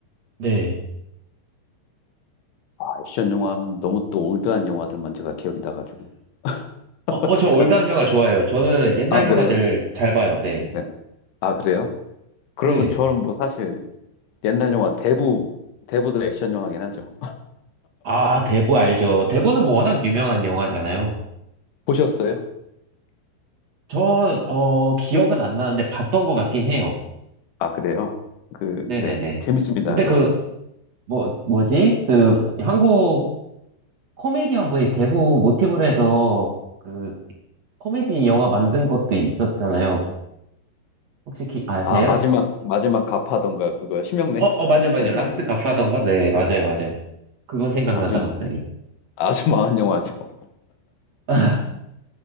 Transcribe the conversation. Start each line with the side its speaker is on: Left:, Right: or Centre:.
Right: 네.
Left: 아, 액션 영화 하면 너무 또 올드한 영화들만 제가 기억이 나가지고 <laughs>
Right: 어, 어,
Left: 제가
Right: 저 올드한 영화 좋아해요. 저는 옛날
Left: 아
Right: 영화들
Left: 그래요?
Right: 잘 봐요. 네.
Left: 네. 아 그래요? 그러면
Right: 네.
Left: 저는 뭐 사실 옛날 영화 대부 대부도 액션 영화긴 하죠.
Right: 아, 대부 알죠. 대부는 뭐 워낙 유명한 영화잖아요.
Left: 보셨어요?
Right: 저, 어, 기억은 안 나는데 봤던 것 같긴 해요.
Left: 아 그래요? 그
Right: 네네네.
Left: 네 재밌습니다
Right: 근데
Left: 그거.
Right: 그, 뭐, 뭐지? 그, 한국 코미디언 분이 대부 모티브로 해서 그, 코미디 영화 만든 것도 있었잖아요. 혹시 기, 아세요?
Left: 아 마지막 마지막 갑하던가 그거 심형래
Right: 어, 어, 맞아요,
Left: 심형래가
Right: 맞아요. 라스트
Left: 만든
Right: 갓파던가? 네, 맞아요, 맞아요. 그거 생각난다,
Left: 아주
Right: 갑자기.
Left: 아주 망한 영화죠.
Right: <laughs>